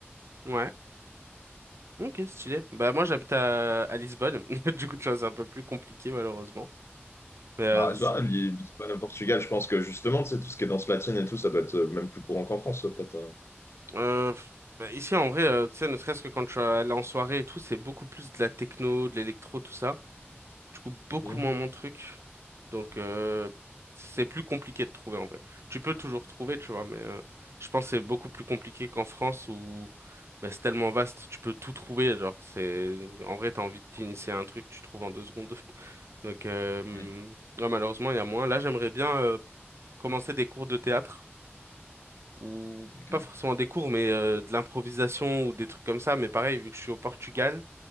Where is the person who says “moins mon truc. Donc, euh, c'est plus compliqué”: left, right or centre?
Right